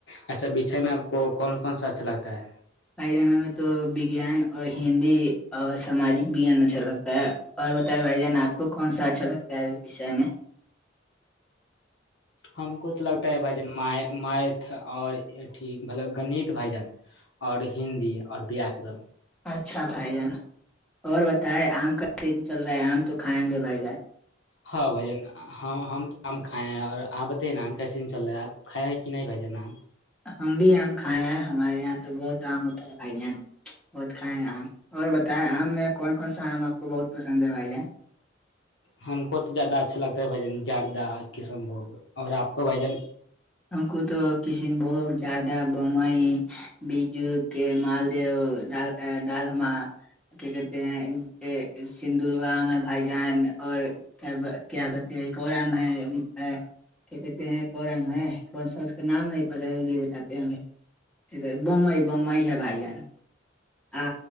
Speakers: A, on the left (about 70°); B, in the centre.
A: ایسا بیچھے میں آپ کو کون کون سا اچھا لگتا ہے
B: پھائی جانہ میں تو وگیان اور ہندی اور سماجک وگیان اچھا لگتا ہے اور بتے بھائی جان آپ کو کون سا اچھا لگتا ہے اس وشے میں
A: ہم کو تو لگتا ہے بھجن مت اورٹھ ملب گنیت بھجن اور ہندی اور واکرن
B: اچھا بھائی جان اور بتائے آم کا سین چل رہا ہے آم تو کھائیں گے بھائی جان
A: ہاں بھائی جن ہاں ہم تو آ ہم کائیں ہیں آ اور آپ بتے ہیں نام کیسن چل رہا ہے آپ کائیں ہیں کہ نہیں بھ جا نام
B: ہم بھی آم کھائے ہیں ہمارے یہاں تو بہت آم ہوتا ہے بھائی جان بہت کھائے ہیں آم اور بتائیں آم میں کون کون سا آم آپ کو بہت پسند ہے بھائی جان
A: ہم کو تو زیادہ اچھا لگتا ہے بھن جیادہ کشن بھگ اور آپ کو بھجن
B: انک تو کسن بھوگ جرد بومئی بیجو کے مالدیہال دالا کی کہتے ہیں سندورگا میں بھائی جان اور کیا کیا کہتے ہیں کوم ہے کیا کہتے ہیں کوم ہے سب کے نام نہیں پت ہے جی بات ہیںمئی بمئی ہے بھائی جان آ